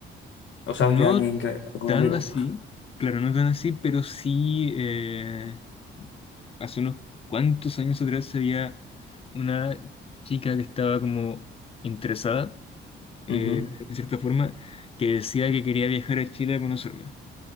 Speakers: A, on the left; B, on the left.
A: ¿O sabes
B: No
A: de alguien que, algún
B: tan
A: amigo?
B: así, claro, no tan así, pero sí eh, hace unos cuantos años atrás había una chica que estaba como interesada eh,
A: Ujú.
B: de cierta forma, que decía que quería viajar a Chile a conocerme.